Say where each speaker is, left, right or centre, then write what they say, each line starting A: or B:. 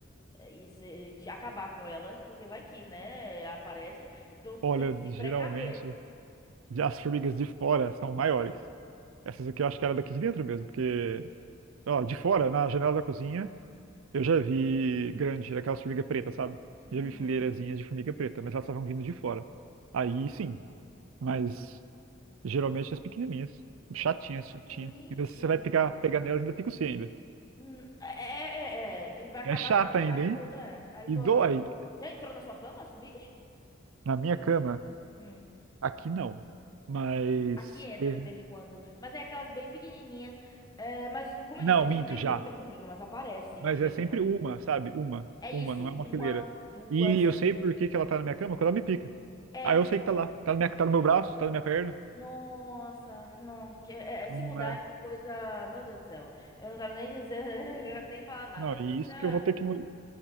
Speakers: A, on the left; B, on the right.
A: é, E se- te- acabar com elas, porque vai que, né? Aparece. Então tem
B: Olha,
A: que se
B: geralmente
A: precaver.
B: as formigas de fora são maiores. Essas aqui eu acho que era daqui de dentro mesmo, porque, ó, de fora, na janela da cozinha, eu já vi grande, aquelas formigas pretas, sabe?
A: Uhum.
B: Já vi fileirazinhas de formiga preta, mas elas estavam vindo de fora. Aí sim, mas geralmente as pequenininhas, chatinhas, chatinhas.
A: Gente,
B: Ainda se você vai pegar, pegar nelas, ainda pica o C ainda.
A: hum, é, é, é, é, vai acabar.
B: É chata
A: a-
B: ainda,
A: Aí
B: hein?
A: tu, é, aí
B: E
A: tu
B: dói
A: ah, já entrou na sua cama as formigas?
B: na minha cama.
A: Hum.
B: Aqui não. Mas.
A: Aqui entra
B: teve-
A: de vez em quando, mas é aquelas bem pequenininhas. É, mas, como
B: Não,
A: eu disse, aqui
B: minto
A: não tem
B: já.
A: muita formiga, mas aparece
B: Mas
A: de vez
B: é sempre
A: em quando.
B: uma, sabe? Uma.
A: É isso,
B: Uma, não
A: uma,
B: é uma fileira.
A: duas.
B: E eu sei por que que ela tá na minha cama quando ela me pica.
A: É,
B: Aí eu sei que tá lá. Tá, na minha, tá no meu braço, tá na minha perna.
A: nossa, não. que- é- é, se
B: Não,
A: mudar
B: é-
A: é uma coisa. Meu Deus do céu. Eu não quero nem dizer, <laughs> eu não quero nem falar nada.
B: não, e
A: Deixa.
B: isso que eu vou ter que. mu-